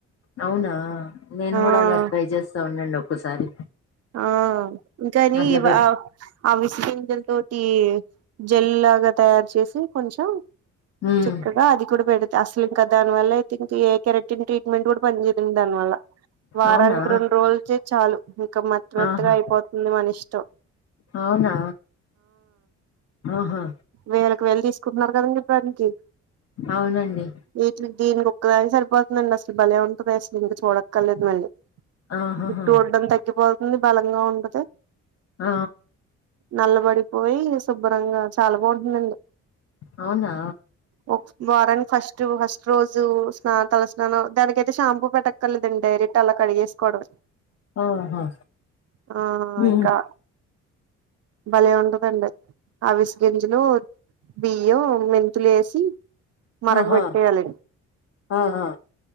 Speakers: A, on the left; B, on the right.
A: అవునా నేను
B: ఆ
A: కూడా అలా ట్రై చేస్తా ఉండండి ఒక్కసారి
B: ఆ ఇంకానివా
A: అట్లా పెట్టు
B: అవిస గింజల్ తోటి జల్ లాగా తయారు చేేసి కొంచెం
A: హ్మ్
B: చక్కగా అది కూడా పెడితే అసలు ఇంకా దానివల్ల అయితే ఇంకా ఏ కెరెటిన్ ట్రి మ్మెంట్ కూడా పని చేేయదు దానివల్ల వారానికి
A: అవునా
B: రెండు రోలు చేయ్ చాలు క మెత్త మెత్తగ
A: ఆహా
B: అయిపోతుంది మన ఇష్టం
A: అవునా ఆహా
B: వేలకి వేలు తీసుకుంటున్నారు కదండి పనికి
A: అవునండి
B: వీ దీనికి ఒక్కదానికి సరిపోతుందండి అసలు భలే ఉంటది అసలు ఇంకా చూడక్కర్లేదు మళ్ళీ
A: ఆహాహా
B: జుట్టు ఉడ్డం తగ్గిపోతుంది బలంగా ఉంటది
A: ఆ
B: నల్లబడిపోయి శుభ్రంగా చాలా బావుంటుందండి
A: అవునా
B: ఒక వారానికి ఫస్ట్ ఫస్ట్ రోజు స్నా తలస్నానం దానికైతే షాంపూ పెట్ట కర్లేదండి డైరెక్ట్ అలా కడిగేసుకోడమే
A: ఆహా
B: ఆ
A: హ్మ్
B: ఇంకా భలే ఉంటదండి అవిసెగింజలు బియ్యం మెంతులు వేసి మరగ
A: ఆహా
B: బెట్టెయాలి
A: ఆహా